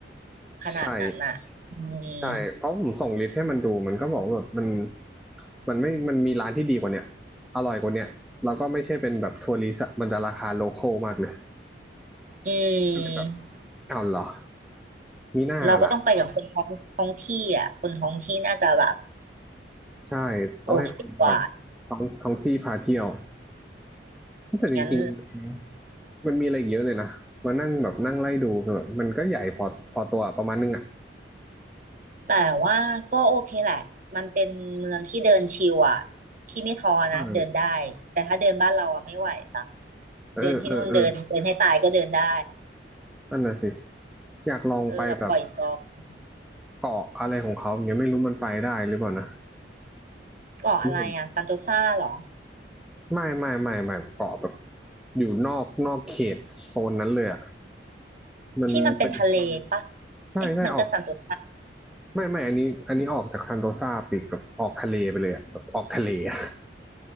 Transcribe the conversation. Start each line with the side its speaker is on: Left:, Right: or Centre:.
Right: ขนาดนั้นอ่ะอืม
Centre: ใช่ใช่เพราะผมส่งลิสต์ให้มันดูมันก็บอกว่าแบบมันมันไม่มันมีร้านที่ดีกว่าเนี้ยอร่อยกว่าเนี้ยแล้วก็ไม่ใช่เป็นแบบทัวริสต์อะมันจะราคาโลคอลมากเลย
Right: อื
Centre: ก็เลยแบบ
Right: ม
Centre: อ้าวเหรอมีหน้าล่ะ
Right: เราก็ต้องไปกับคนท้องท้องที่อ่ะคนท้องที่น่าจะแบบ
Centre: ใช่ต้องให้คนแบบท้องท้องที่พาเที่ยว
Right: โอเคกว่า
Centre: แต่จริง
Right: งั้น
Centre: ๆมันมีอะไรอีกเยอะเลยนะมานั่งแบบนั่งไล่ดูคือแบบมันก็ใหญ่พอพอตัวประมาณนึงอ่ะ
Right: แต่ว่าก็โอเคแหละ มันเป็นเมืองที่เดินชิลอ่ะพี่ไม่ท้อนะเดินได้
Centre: เออ
Right: แต่ถ้าเดินบ้านเราอ่ะไม่ไหวจ้ะ
Centre: เออเออเออ
Right: เดินที่นู่นเดินเดินให้ตายก็เดินได้
Centre: นั่นน่ะสิอยากลองไปแบบ
Right: เออแบบปล่อยจอย
Centre: เกาะอะไรของเขาอย่างเงี้ยไม่รู้มันไปได้หรือเปล่านะ
Right: เกาะอะไรอ่ะซันโตซาเหรอ
Centre: ผมเห็น ไม่ไม่ไม่ไม่เกาะแบบอยู่นอกนอกเขตโซนนั้นเลยอ่ะมันเป็น
Right: ที่มันเป็นทะเลปะ
Centre: ใช่ใช่ออก
Right: เอ๊ะมันก็ซันโตซา
Centre: ไม่ไม่อันนี้อันนี้ออกจากซันโตซาปอีกแบบออกทะเลไปเลยอะแบบออกทะเลอะ